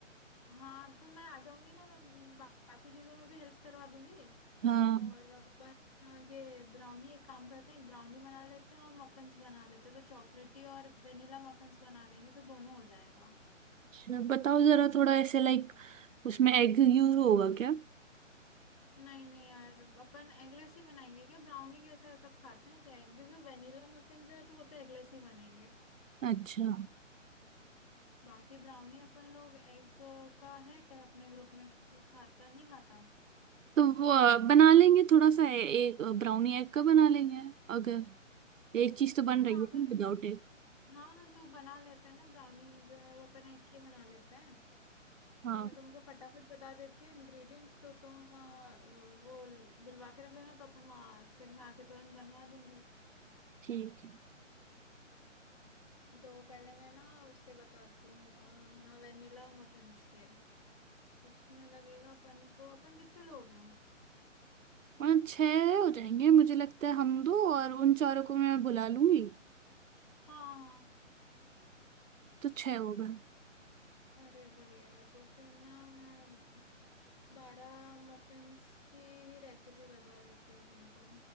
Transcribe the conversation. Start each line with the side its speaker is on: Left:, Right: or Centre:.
Left: हाँ तो मैं आ जाऊंगी ना मैं बा- बाकी चीजों में भी हेल्प करवा दूंगी
Right: हाँ
Left: और अपन अ, ये ब्राउनी एक काम करते हैं एक ब्राउनी बना लेते हैं और मफिन्स बना लेते हैं तो चॉकलेटी और वेनिला मफिन्स बना लेंगे तो दोनों हो जाएगा
Right: चलो, बताओ जरा थोड़ा ऐसे लाइक उसमें एग यूज होगा क्या
Left: नहीं नहीं यार अपन एगलेस ही बनाएंगे क्या ब्राउनी कैसा है सब खाते हैं क्या एक देखो वेनिला मफिन जो है तो वो तो एगलेस ही बनेंगे
Right: अच्छा
Left: बाकी ब्राउनी अपन लोग एग का है क्या अपने ग्रुप में कि- कि खाता नहीं खाता
Right: तो वो अ, बना लेंगे थोड़ा सा ए- एक ब्राउनी एग का बना लेंगे अगर एक चीज तो बन रही
Left: हाँ
Right: है
Left: अगर
Right: विदाउट एग
Left: हाँ हाँ तो बना लेते हैं ना ब्राउनी जो है वो अपन एक ही बना लेते हैं
Right: हाँ
Left: तो मैं तुमको फटाफट बता देती हूँ इंग्रेडिएंट तो तुम अ, वो ल- बुलवा के रख लेना तो अपन वहाँ फिर मैं आके तुरंत बनवा दूंगी
Right: ठीक है
Left: तो पहले मैं ना उसके बताती हूँ अ, अपना वेनिला मफिन्स के उसमें लगेगा अपन को अपन कितने लोग हैं
Right: पाँच छः हो जाएंगे मुझे लगता है हम दो और उन चारों को मैं बुला लूंगी
Left: हाँ हाँ
Right: तो छः हो गए
Left: अरे बढ़िया है तो फिर ना मैं बारह मफिन्स की रेसिपी बता देती हूँ तुमको